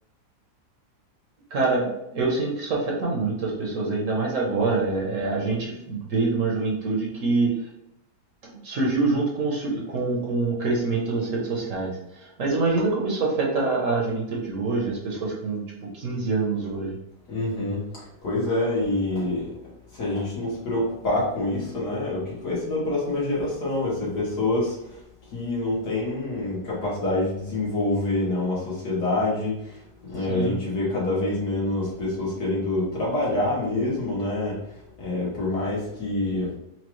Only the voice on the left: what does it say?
Uhum. Pois é, e se a gente não se preocupar com isso, né, o que que vai ser da próxima geração? Vai ser pessoas que não têm capacidade de desenvolver, né, uma sociedade. É,
a gente vê cada vez menos pessoas querendo trabalhar mesmo, né? É, por mais que